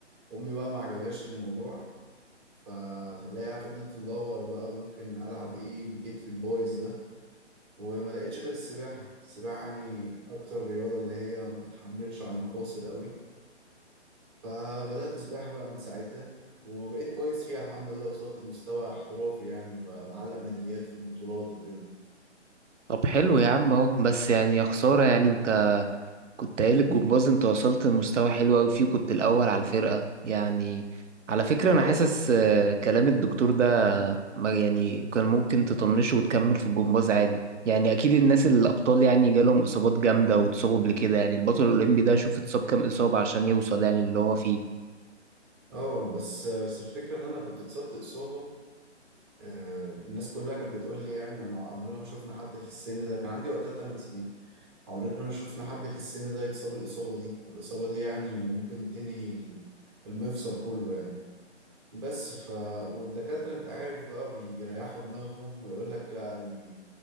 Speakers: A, on the right; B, on the right.
A: امي بقى ما عجبهاش الموضوع ف... فاللي هي فضلت تدور بقى ممكن العب ايه بكتفي البايظ ده وما لقيتش غير السباحه السباحه يعني اكتر رياضه اللي هي ما بتحملش على المفاصل قوي فبدات سباحه بقى من ساعتها وبقيت كويس فيها الحمد لله وصلت لمستوى احترافي يعني وبعلق ميداليات في البطولات وكده
B: طب حلو يا عم اهو بس يعني يا خسارة يعني كنت قايل الجمباز انت وصلت لمستوى حلو قوي فيه كنت الاول على الفرقه يعني على فكره
A: اه
B: انا حاسس آه، كلام الدكتور ده ما يعني كان ممكن تطنشه وتكمل في الجمباز عادي يعني اكيد الناس الابطال يعني جالهم اصابات جامده واتصابوا قبل كده يعني البطل الاولمبي ده شوف اتصاب كام اصابه عشان يوصل يعني اللي هو فيه
A: اه بس بس الفكرة ان انا كنت اتصبت اصابة آه، الناس كلها كانت بتقول لي يعني انا عمرنا ما شفنا حد في السن ده كان عندي وقتها 8 سنين عمرنا ما شفنا حد في السن ده يتصاب الاصابة دي والاصابة دي يعني ممكن تنهي ال- المفصل كله يعني بس ف والدكاترة انت عارف بقى بي- بيريحوا دماغهم ويقول لك لا يعني